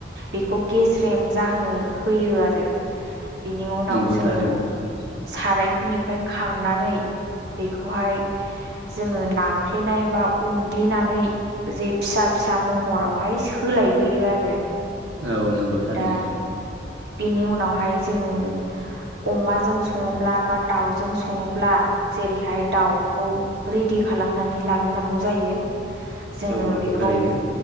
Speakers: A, on the right; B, on the right.
A: बेखौ गेस्रेम जाहोनो होयो आरो। बिनि उनाव
B: नंगौ
A: जोङो
B: थारैनो
A: सारायफोरनिफ्राय खांनानै बेखौहाय
B: <inaudible>
A: जोङो नाफ्लेनाय बा उनग्लिनानै जे फिसा फिसा महरावहाय सोलाय होयो आरो।
B: औ नंगौ थारैनो।
A: दा बेनि उनावहाय जोङो अमाजों सङोब्ला बा दाउजों सङोब्ला जेरैहाय दाउखौ रेदि खालामनानै लाग्रोनांगौ जायो। जोङो
B: औ नंगौ
A: बेखौ
B: थारैनो